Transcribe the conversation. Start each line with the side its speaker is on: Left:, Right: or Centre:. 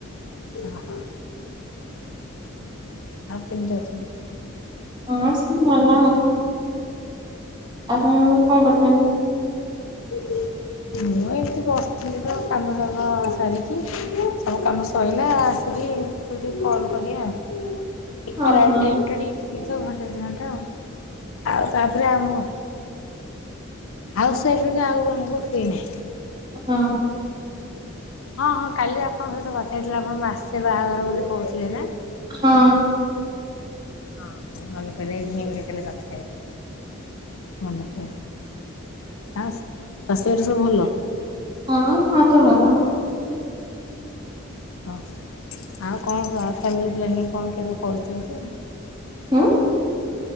Left: ହ ହ। ଆଉ କେମତି ଅଛନ୍ତି?
Right: ହଁ ସେ ଭଲ ଆପଣ କଣ କରୁଚନ୍ତି?
Left: ଓ ହ ମୁଁ ଏମତି ବସିଥିଲି ତ କାମ ସା ରା ସାରିକି ସବୁ କାମ ସଇଲା। ଲି ତମୁକ ଟିକେ କଲ୍ କଲି ଆଉ ଏ
Right: ହଁ
Left: ଖରାବେଲ
Right: ହଁ
Left: ଟାଇମ୍ ଟା ଟିକେ ଫିର୍ ତ ଘଣ୍ଟେ ଦି ଘଣ୍ଟା। ହଁ ଆଉ ତାପରେ ଆମ ଆଉ ସେଇଠି ଆଉ ଆମକୁ ଫିନାହିଁ।
Right: ହଁ।
Left: ହଁ ହଁ କାଲି ଆପଣଙ୍କ ସହିତ କଥା ହେଇଥିଲି ଆପଣ ମାସେ ବାହାଘର ବୋଲି କହୁଥିଲେ ନା।
Right: ହଁ।
Left: ହଁ ହଁ ନହେଲେ ପିଲେ ଇଭିନିଂ ରେ କାଲି କଥା ହେଇଥିଲି। ମନେ ଆଉ ଶାଶୁ୍ଘରେ ସବୁ ଭଲ।
Right: ହଁ ସମତେ ଭଲ।
Left: ହଁ ଆଉ କଣ ଫ୍ୟାମିଲି ପ୍ଲାନିଂ କଣ କେବେ କରୁଚନ୍ତି‌‌?
Right: ଉଁ?